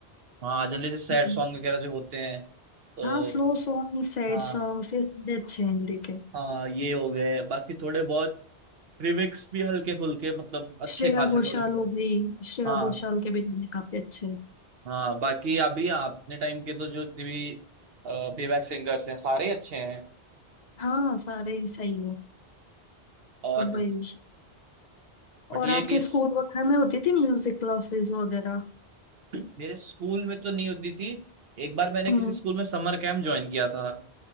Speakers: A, on the right (about 65°); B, on the left (about 55°).
A: हाँ जनरली से सैड
B: हम्म।
A: सॉन्ग वगैरह जो होते हैं तो
B: हाँ स्लो सॉन्ग सैड
A: हाँ
B: सॉन्ग ये सारे अच्छे हैं हिंदी के
A: हाँ ये हो गए बाकी थोड़े बहुत रिमिक्स भी हल्के फुल्के मतलब अच्छे
B: श्रेया
A: खासे
B: घोषाल
A: थोड़े
B: हो गई श्रेया
A: हाँ
B: घोषाल के भी गाने काफी अच्छे हैं
A: हाँ बाकी अभी अपने टाइम के तो जो जितने भी प्लेबैक सिंगर्स हैं सारे अच्छे हैं
B: हाँ सारे ही सही है
A: और
B: वही
A: बट
B: और
A: ये
B: आपके
A: है कि
B: स्कूल वगैरह में होती थी म्यूजिक क्लासेस वगैरह
A: मेरे स्कूल में तो नहीं होती थी एक बार मैंने
B: हम्म
A: किसी स्कूल में समर कैंप ज्वाइन किया था